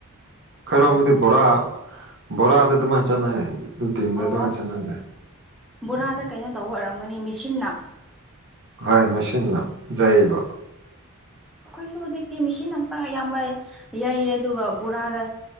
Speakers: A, on the right (about 55°); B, in the centre.
A: ꯈꯔꯣꯝ
B: ꯎꯝ
A: ꯑꯃꯗꯤꯗꯤ ꯕꯣꯔꯥ ꯕꯣꯔꯥꯗꯤ ꯑꯗꯨꯃꯥꯏꯅ ꯆꯥꯟꯅꯩ
B: ꯑꯣ
A: ꯗꯗ ꯃꯁ ꯅꯪꯗ
B: ꯕꯣꯔꯥꯗ ꯀꯩꯅꯣ ꯇꯧꯕ ꯑꯣꯏꯔꯝꯒꯅꯤ ꯃꯦꯆꯟꯅ
A: ꯍꯣꯏ ꯃꯁꯤꯅ ꯌꯩꯕ
B: ꯑꯩꯈꯣꯏꯁꯨ ꯍꯧꯖꯤꯛꯇꯤ ꯃꯤꯦꯁꯤ ꯉꯛꯇ ꯑꯌꯥꯝꯕ ꯌꯩꯔꯦ ꯑꯗꯨꯒ ꯕꯣꯔꯥꯗ